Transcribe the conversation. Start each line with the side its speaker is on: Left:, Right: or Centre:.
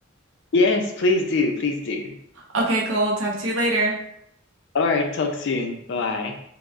Left: Yes, please do. Please do.
Right: Okay, cool. Talk to you later.
Left: All right, talk soon. Bye.